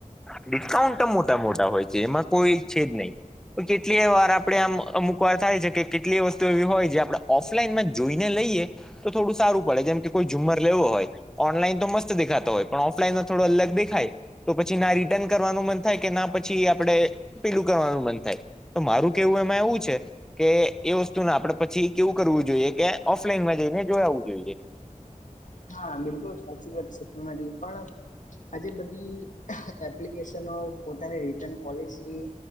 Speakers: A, in the centre; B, on the left.
A: ડિસ્કાઉન્ટ તો મોટા મોટા હોય છે એમાં કોઈ છે જ નહી. કેટલી વાર આપડે આમ અમુક વાર થાય છે કે કેટલી વસ્તુ એવી હોય જે આપ લનમાં જોઈને લઈએ તો થોડું સારું પડે જેમ કે કોઈ ઝુંમર લેવો હોય ઓનલાઈન તો મસ્ત દેખાતો હોય પણ ઓફલાઈન થોડો અલગ દેખાય તો પછી ર રિટન કરવાનું મન થાય કે ના પછી આપડે પીલું કરવાનું મન થાય. તો મારું કેવું એમાં એવું છે કે એ વસ્તુ ના આપડે પછી કેવું કરવું જોઈએ કે ઓફલાઈનમાં જઈને જો આવવું જોઈએ.
B: હા બિલકુલ સાચી વાત છે. તમારી પણ આજે બધી એપ્લિકેશનો પોતાની રિટર્ન પોલિસી